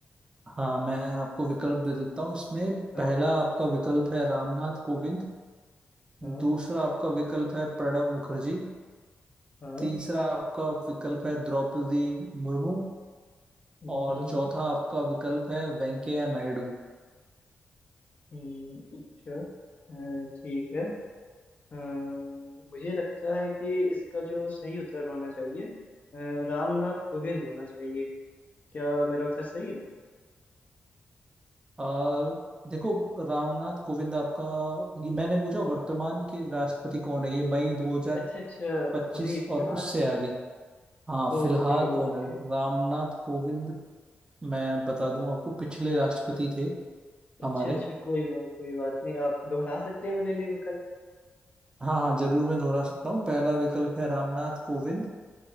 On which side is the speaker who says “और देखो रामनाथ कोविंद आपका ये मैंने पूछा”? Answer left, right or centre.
Right